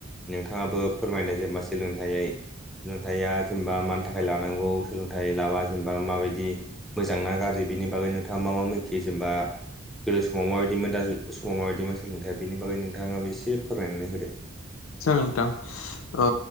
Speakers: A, in the centre; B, on the left (about 80°).
A: नोंथाङाबो फोरमायदों जेनेबा सोलोंथाइै सोलोंथाइया जेनेबा मानि थाखाय लानांगौ सोलोंथाइ लाबा जेनेबा माबायदि मोजां ना गाज्रि बिनि बागै नोंथाङा मा मा मिथियो जेनेबा गोदो समाव माबायदिमोन दा समाव माबायदिमोन सोलोंथाइया बेनि बागै नोंथाङाबो एसे फोरमायनानै होदो।
B: जागोन नोंथां। ओ